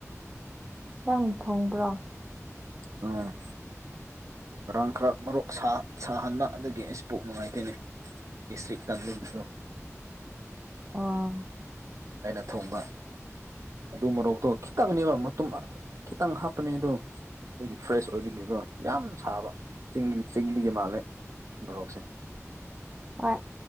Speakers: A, on the right; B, on the right.
A: ꯅꯪꯛ ꯊꯣꯡꯕ꯭ꯔꯣ
B: ꯎꯝ ꯉꯔꯥꯡ ꯈꯔ ꯃꯔꯣꯛ ꯁꯥꯍꯟꯕ ꯑꯗꯨꯗꯒꯤ ꯏꯁꯄꯣꯛ ꯅꯨꯡꯉꯥꯏꯇꯣꯏꯅꯤ ꯁ ꯀꯣ
A: ꯑꯣ
B: ꯑꯩꯅ ꯊꯣꯡꯕ ꯑꯗꯨ ꯃꯔꯣꯛꯇꯣ ꯈꯤꯇꯪꯅꯦꯕ ꯃꯇ ꯈꯤꯇꯪ ꯍꯥꯞꯄꯅꯦ ꯑ ꯑꯗꯨ ꯑꯗꯒꯤ ꯐ꯭ꯔꯦꯁ ꯑꯣꯏꯕꯅꯦꯕ ꯌꯥꯝ ꯁꯥꯕ ꯆꯤꯡꯒꯤ ꯆꯤꯡꯗꯤꯒꯤ ꯃꯥꯜꯂꯦ ꯃꯣꯔꯣꯛꯁꯦ
A: ꯍꯣꯏ